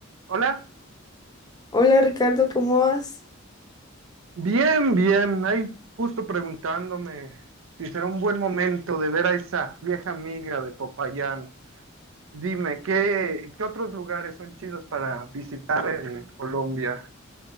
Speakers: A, on the right; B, on the left.
A: Hola,
B: Hola Ricardo, ¿cómo vas?
A: bien, bien. Ahí justo preguntándome si será un buen momento de ver a esa vieja amiga de Popayán. Dime, ¿qué, qué otros lugares son chidos para visitar en Colombia?